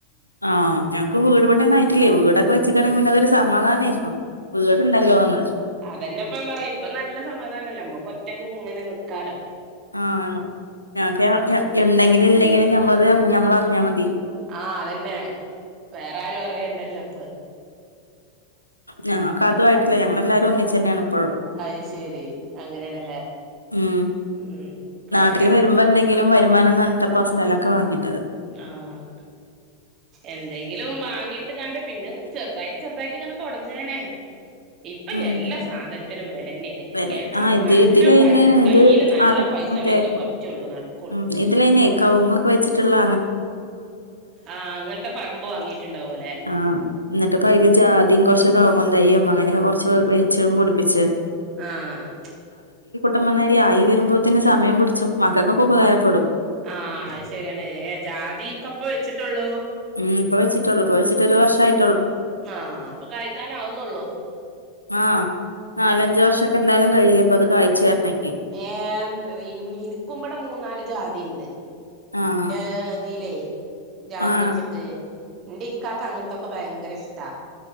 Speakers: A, on the left (about 85°); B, on the right (about 35°).
A: ആഹ് ഞക്ക് വീട് പണിയൊന്നായ്ട്ടില്ലെ വീടൊക്കെ വെച്ച്ക്കാണെങ്കിൽ പിന്നെ അതൊരു സമാധാനമായിരി അഹ് വീട്ണ്ടല്ലോന്ന്
B: അതെന്നെപ്പ ഞാം പറിം ഇപ്പൊ നല്ല സമാധാനല്ലെ ഞമ്മകൊറ്റക്ക്ങ്ങനെ ന്നിക്കാലോ.
A: ആഹ് ഞമ്മ ഞ ഞ ഇണ്ടെങ്കിലും ഇല്ലെങ്കിലും ഞമ്മൾതെ ഞമ്മളർഞ്ഞാമതി.
B: ആഹ് അതെന്നെ വേറൊരും അറിയണ്ടല്ലോപ്പത്.
A: ഞങ്ങക്കതു ആയിട്ടില്ല ഞങ്ങളെല്ലാരും ഒന്നിച്ചെന്നേണ്. ഇപ്പഴും
B: അഹ് ശെരി അങ്ങനേണല്ലേ
A: ഉം
B: ഉം കൊറേക്കെ
A: നാട്ടില് വരുമ്പോ എന്തെങ്കിലും വരുമാനംന്ന് പറഞ്ഞിട്ടപ്പോ സ്ഥലൊക്കെ വാങ്ങിയത്.
B: ആഹ് എന്തെങ്കിലും വാങ്ങിട്ട്കാണ്ട് പിന്നെ ചെറുതായിട്ട് ചെർ സ്വന്തായിട്ട്ങ്ങനെ തൊട്ങ്ങാനാ ഇപ്പയെല്ല
A: ഉം
B: സാധനത്തിനും വെലെന്നേണ്
A: വലെ
B: കേറ്റണംന്നല്ലോം
A: ആഹ് ഇത് ഇതിലയ്ന്
B: കയ്യില്
A: ഇത്
B: നല്ല
A: അട
B: പൈസ
A: മറ്റേ
B: ണ്ടെങ്കിലെ പറ്റൊള്ളൂ ന്ട്ക്കൊ
A: ഉം ഇതിലയ്ന് കൗങ്ങൊക്കെ വെച്ച്ട്ട്ള്ള
B: ആഹ് അങ്ങൻത്തെ പറമ്പ് വാങ്ങിട്ട്ണ്ടാവുലെ?
A: ആഹ് ന്നിട്ട്പ്പയ്ല് ജാതിം, കൊർച്ച് കൗങ്ങും തയ്യും, അങ്ങനെക്കെ കൊർച്ച് വെച്ചും പുടിപ്പിച്ച്
B: ആഹ്
A: ത്യംപറഞ്ഞആയി വെരുമ്പോത്തിനും സമയം പുടിച്ചും മക്കൾക്കൊക്കെ ഉപകാരപ്പെടും.
B: ആഹ് അഹ് ശെരിയാണ് ഏഹ് ജാതിൊക്കെപ്പ വെച്ചിട്ടൊള്ളൂ.
A: ഉം ഇപ്പൊ വെച്ചിട്ടൊള്ളൂ ഇപ്പ വെച്ചിട്ട് ഒരു വർഷായി.
B: ആഹ് അപ്പൊ കാഴിക്കാൻ ആവുന്നൊള്ളൂ.
A: ആഹ് നാലഞ്ച് വർഷൊക്കെന്തായാലും കയ്യീലപ്പത് കാഴ്ച്ച് വെര്ണെങ്കി
B: ഏഹ് ഇൻക്കുംമ്പടെ മൂന്നാല് ജാതി ഇണ്ട്.
A: ആഹ്
B: ഇന്റെ ഇതിലേയ് ജാതിവെച്ചിട്ട്.
A: ആഹ്
B: ഇന്റീക്കാക്ക് അങ്ങൻത്തൊക്കെ ഭയങ്കരെഷ്ട്ടാ.